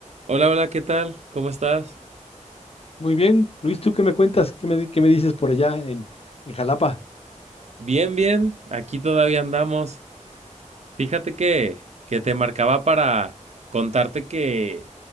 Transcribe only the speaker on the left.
Muy bien, Luis, ¿tú qué me cuentas? ¿Qué me, di- qué me dices por allá en, en Jalapa?